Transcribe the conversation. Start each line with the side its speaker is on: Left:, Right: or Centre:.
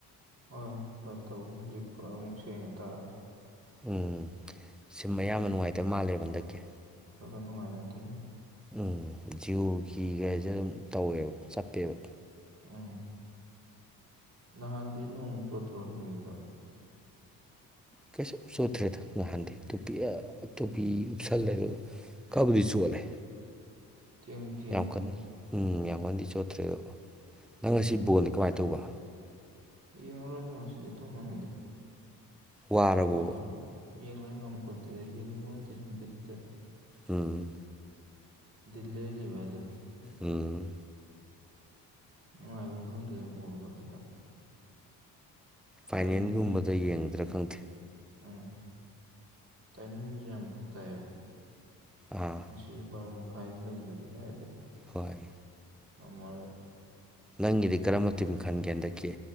Right: ꯍꯣꯏ ꯀꯩꯅꯣ ꯇꯧꯕꯅꯦ ꯍꯧꯖꯤꯛꯀ ꯑꯃꯨꯛ ꯁꯦꯡꯉ ꯇꯥꯔꯦ
Centre: ꯎꯝ ꯁꯤꯝ ꯑꯌꯥꯝꯕ ꯅꯨꯡꯉꯥꯏꯇꯕ ꯃꯥꯜꯂꯦꯕ ꯍꯟꯗꯛꯀꯤ
Right: ꯈꯔ ꯈꯔ ꯅꯨꯡꯉꯥꯏꯅꯗꯦ ꯍꯥꯏ
Centre: ꯎꯝ ꯖꯤꯌꯣꯒꯤꯒꯁꯦ ꯑꯗꯨꯝ ꯇꯧꯋꯦꯕ ꯆꯠꯄꯦꯕ
Right: ꯎꯝ ꯅꯍꯥꯟꯗꯤ ꯅꯣꯡ ꯆꯣꯠꯇ꯭ꯔꯣ ꯍꯟꯈꯤꯕꯗꯣ
Centre: ꯀꯩꯁꯨ ꯆꯣꯠꯇ꯭ꯔꯦꯗ ꯅꯍꯥꯟꯗꯤ ꯇꯣꯄꯤ ꯇꯣꯄꯤ ꯎꯞꯁꯜꯂꯦ ꯑꯗꯨꯒ ꯀꯕꯨꯗꯤ ꯆꯣꯜꯂꯦ
Right: ꯊꯦꯡꯗꯤ ꯊꯦꯡꯉꯦ
Centre: ꯌꯥꯝ ꯀꯟꯅ ꯎꯝ ꯌꯥꯝ ꯀꯟꯅꯗꯤ ꯆꯣꯠꯇ꯭ꯔꯦ ꯑꯗꯣ ꯅꯪ ꯉꯁꯤ ꯕꯣꯟꯅꯤ ꯀꯃꯥꯏꯅ ꯇꯧꯕ
Right: ꯌꯦ <unintelligible> ꯇꯅꯤꯗ
Centre: ꯋꯥꯔꯕꯣ
Right: ꯑꯣ ꯁꯨꯝ ꯌꯦꯡꯒ ꯉꯝꯕꯄꯣ ꯅꯠꯇꯦ ꯑꯗ ꯌꯦꯡꯅꯤꯡꯕ ꯅꯠꯇꯦ ꯁꯨꯝ ꯕꯤꯠꯇ
Centre: ꯎꯝ
Right: ꯗꯜꯂꯤ ꯂꯤꯚꯔꯦꯜ
Centre: ꯎꯝ
Right: ꯅꯨꯡꯉꯥꯏꯕ ꯑꯃ ꯈꯪꯗꯦꯗꯕ ꯕꯣꯒ ꯍꯧꯖꯤꯛꯀꯥꯟ
Centre: ꯐꯥꯏꯅꯦꯜꯒꯨꯝꯕꯗ
Right: ꯇꯥꯏꯃꯤꯡꯗꯨꯁꯨ
Centre: ꯌꯦꯡꯗ꯭ꯔꯥ ꯈꯪꯗꯦ
Right: ꯎꯝ ꯇꯥꯏꯃꯤꯡꯁꯨ ꯌꯥꯝ ꯐꯛ ꯇꯥꯏꯕ
Centre: ꯑꯥ
Right: ꯁꯤꯁꯦ ꯕꯥꯔꯣ ꯃꯈꯥꯏꯗ ꯂꯩꯕꯗꯨꯗꯤ ꯀꯥꯏꯗꯦ
Centre: ꯍꯣꯏ
Right: ꯃꯔ
Centre: ꯅꯪꯒꯤꯗꯤ ꯀꯔ ꯃꯇꯤꯝ ꯈꯟꯒꯦ ꯍꯟꯗꯛꯀꯤ